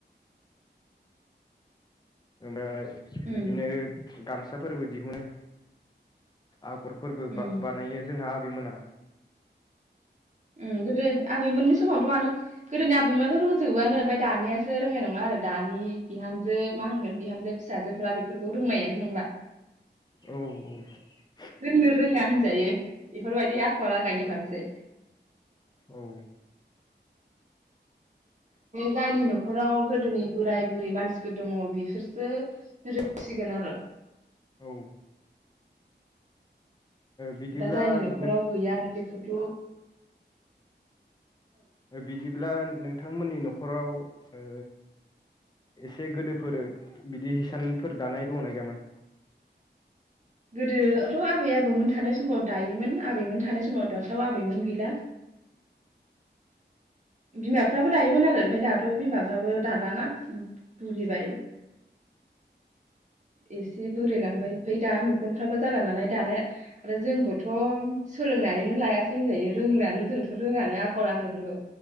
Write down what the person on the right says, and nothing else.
उम
उम
उम गोदो आबै मोननि समावथ' मानो गोदोनि आबैमानाथ' रोंजोबोआनो ओमफाय दानियासो रोंनाय नंला आरो दानिया बिहामजो मा होनगोन बिहामजो फिसाजोफ्रा बेफोरखौ रोंनायानो नंला।
रोंनो रोंना होनजायो बेफोरबायदि आखल आखायनि फारसे
जायनि न'खराव गोदोनि बोराय बुरि मानसिफोर दङ बेफोरसो रोंसिगोन आरो
दा जायनि न'खराव
गैया बेखौथ'
गोदोथ' आबै आबौमोन थानाय समाव दायोमोन आबैमोन थानाय समाव दाथाव आबैमोन गैला बिमाफ्राबो दायोमोन आरो ओमफाय दाथ' बिमाफ्राबो दालाना बुरिबाय एसे बुरिलांबाय ओमफाय दा मेगनफ्राबो जाला नालाय दानाया आरो जोंबोथ' सोलोंनानैनो लायासै होनजायो रोंलानो जोंथ' रोङानो आखल आखाइफोरखौ